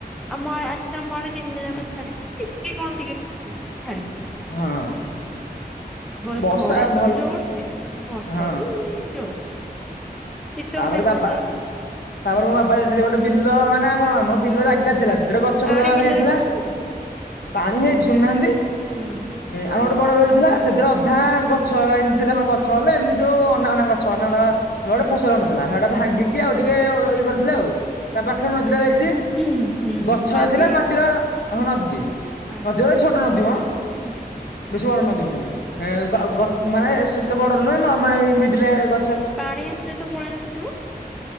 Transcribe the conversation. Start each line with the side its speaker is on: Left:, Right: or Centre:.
Centre: ଆମ ଆଜି ତ ଆମଆଡ଼େ ଦିନ ଯାକ ଛାଡିଛି ଟିକେ କଣ ଟିକେ ଛାଡିଥିଲା।
Left: ହଁ।
Centre: ବ
Left: ବର୍ଷା
Centre: ଖରା ଯୋଉ
Left: ଭଲ
Centre: ଜୋରସେ ଆଡେ ବର୍ଷା
Left: ହଁ
Centre: ବି ଜୋରସେ। ଶୀତକୁ
Left: ତାପରେ
Centre: ଦେଖାଦିଏ
Left: ବାବା ତାପରେ ମୋ ବାବା ଯାଇଥିଲେ ଗୋଟେ ବିଲ ମାନେ କଣ ଆମର ବିଲ ଜାଗା ଥିଲା ସେଥିରେ ଗ ଛ
Centre: ପାଣି
Left: ପଛ
Centre: ବିଲରେ
Left: ହେଇଯାଇଥିଲା
Centre: ପଶୁନି?
Left: ପାଣି ହେଇ ଶୁଣୁ ନାହାନ୍ତି
Centre: ହୁଁ
Left: ଆମର ଗୋଟେ ବଡ଼ ବିଲଟେ ଥିଲା ସେଥିରେ ଅଧା ଗଛ ଏ ଥିଲା ଗଛ ବୋଲେ ଏମିତି ଯୋଉ ଅନା ବନା ଗଛ ଅନା ବନା ଗୋଟେ ଫସଲ ହଉନଥିଲା ସେଟା ଭାଙ୍ଗିକି
Centre: ହଁ
Left: ଆଉ ଟିକେ ଇଏ କରିଥିଲେ ଆଉ। ତା ପାଖରେ ନଦୀଟା ଯାଇଛି
Centre: ହୁଁ
Left: ଗଛଟା
Centre: ନଦୀ?
Left: ଥିଲା ମାଟିର ହ ନଦୀ।
Centre: ଆଚ୍ଛା
Left: ନଦୀ ଛୋଟ ନଦୀ ମ
Centre: ଆଚ୍ଛା
Left: ବେଶୀ ବଡ ନଦୀ ନୁହେଁ ଏଁ
Centre: ହୁଁ
Left: ଗ ମାନେ ସେତେ ବଡ ନୁହେଁ ନର୍ମା ଏଇ ମିଡିଲେ ଗ
Centre: ପାଣି ଆସିଲେ ତ ପଳେଇ ଆସଥିବ?